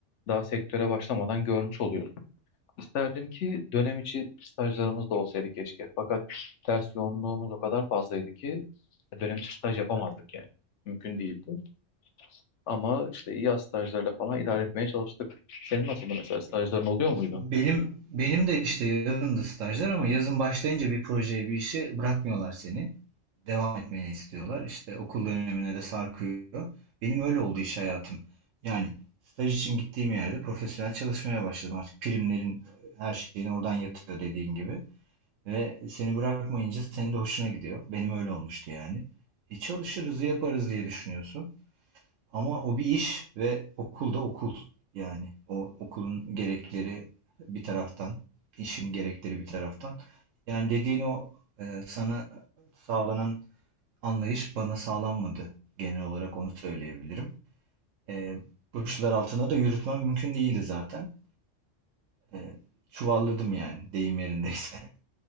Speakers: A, on the left; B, on the right.
A: daha sektöre başlamadan görmüş oluyoruz. İsterdim ki dönem içi stajlarımız da olsaydı keşke. Fakat ders yoğunluğumuz o kadar fazlaydı ki dönem içi staj yapamazdık yani. Mümkün değildi. Ama işte yaz stajlarla falan idare etmeye çalıştık. Senin nasıldı mesela stajların oluyor muydu?
B: Benim benim de işte yazındı stajlar ama yazın başlayınca bir projeye bir işe bırakmıyorlar seni. Devam etmeni istiyorlar. İşte okul dönemine de sarkıyor. Benim öyle oldu iş hayatım. Yani staj için gittiğim yerde profesyonel çalışmaya başladım. Artık primlerin her şeyini oradan yatıyor dediğin gibi. Ve seni bırakmayınca senin de hoşuna gidiyor. Benim öyle olmuştu yani. E çalışırız, yaparız diye düşünüyorsun. Ama o bir iş ve okul da okul. Yani o okulun gerekleri bir taraftan, işin gerekleri bir taraftan. Yani dediğin o e, sana sağlanan anlayış bana sağlanmadı. Genel olarak onu söyleyebilirim. E, bu işler altında da yürütmem mümkün değildi zaten. E, çuvalladım yani deyim yerindeyse. <laughs>